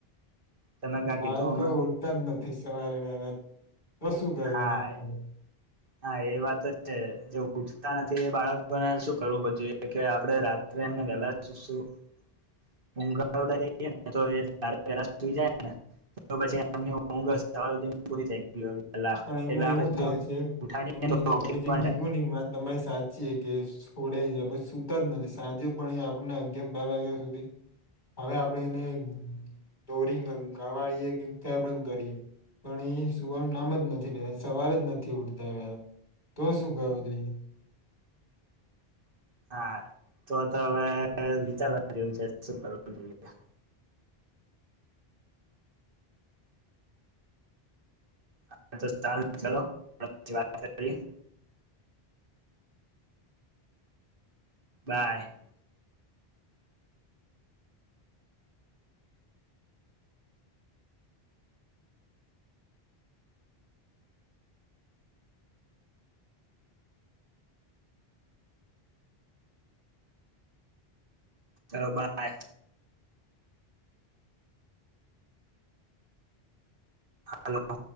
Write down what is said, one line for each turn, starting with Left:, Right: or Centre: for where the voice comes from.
Right: તમે ક્યાં
Left: બાળકો
Right: કીધું અમે
Left: ઉઠતા જ નથી સવારે વેહલા. કો શું કરું
Right: હા
Left: એના માટે
Right: હા એ વાત છે જે ઉઠતા નથી એ બાળકોને શું કરવું પછી કે આપડે રાત્રે <unintelligible> એનાલા ચસું <unintelligible> <unintelligible> પેલા
Left: પણ એમાં
Right: એટલે આપડે
Left: એવું થાય
Right: જો
Left: છે
Right: ઉઠાડીએ
Left: એમને
Right: તો ઉઠી
Left: તમે જે
Right: પણ
Left: કીધું
Right: જાય
Left: નહી વાત તમારી સા <unintelligible> કે છોડાઈ જાય પછી સુતા જ નથી સાંજે પણ આપને અગિય બાર વાગ્યા સુધી. હવે આપણેે એને દોરીંગ ગવાળીએ કે કેબંગ કરીએ પણ એ સૂવાનું નામ નથી સવાર જ નથી ઉઠતા વહેલા તો શું કરવું જોઈએ
Right: <inaudible> હા તો તો હવે વિચારવા રહ્યું છે શું કરવું જોઇએ? હા તો ચાલ ચલો વાત કરીએ. બાય. ચલો બાય. હાલો.